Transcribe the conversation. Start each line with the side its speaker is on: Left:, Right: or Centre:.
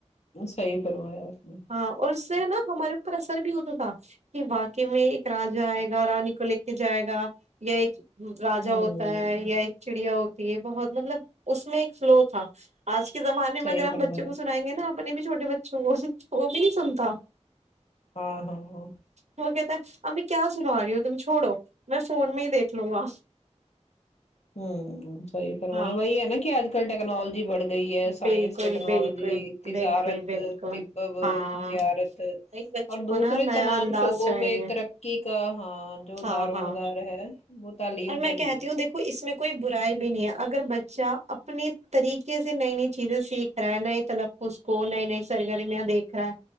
Left: صحیح فرمایا آپ نے
Right: ہاں اور اس سے نا ہمارے اوپر اثر بھی ہوتا تھا کہ واقع میں ایک راجا آئے گا رانی کو لے کے جائے گا یا ایک راجا
Left: ہوں
Right: ہوتا ہے یا ایک چڑیا ہوتی ہے بہت مطلب اس میں ایک فلو تھا آج کے زمانے میں
Left: صحیح
Right: اگر ہم
Left: فرمایا
Right: بچوں کو سنائیں ہے نہ اپنے بھی چھوٹے بچے وہ سے وہ بھی نہیں سنتا
Left: ہاں ہاں ہاں
Right: وہ کہتا امی کیا سنا رہی ہو تم چھوڑو میں فون میں ہی دیکھ لوں گا
Left: ہوں صحیح فرمایا
Right: ہاں
Left: وہی ہے نا کہ آج کل ٹیکنالوجی بڑھ گئی ہے سائنس
Right: بالکل
Left: ٹیکنالوجی
Right: بالکل
Left: تجارت
Right: بالکل بالکل
Left: طب
Right: ہاں
Left: زیارت
Right: بچوں
Left: اور
Right: کو
Left: دوسرے
Right: نا نیا
Left: تمام
Right: انداز
Left: شعبوں
Right: چاہیے
Left: میں ترقی کا ہاں جو
Right: ہاں
Left: دار و
Right: ہاں
Left: مدار ہے وہ تعلیم
Right: اور میں
Left: پر ہی
Right: کہتی
Left: ہے
Right: ہوں دیکھ و اس میں کوئی برائی بھی نہیں ہے اگر بچہ اپنے طریقے سے نئی نئی چیزیں سیکھ رہا ہے نئے طلب اس کو نئی نئی سرگرمیاں دیکھ رہا ہے